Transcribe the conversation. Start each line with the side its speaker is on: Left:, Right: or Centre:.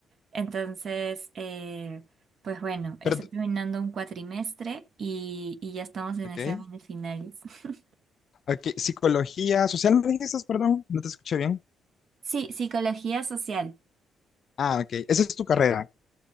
Right: Entonces, eh, pues bueno, estoy
Left: Perdón,
Right: terminando un cuatrimestre y, y ya estamos en
Left: ok.
Right: exámenes finales. <laughs>
Left: Ok, psicología social, ¿me dijiste? Perdón, no te escuché bien.
Right: Sí, psicología social.
Left: Ah, ok, esa es tu carrera.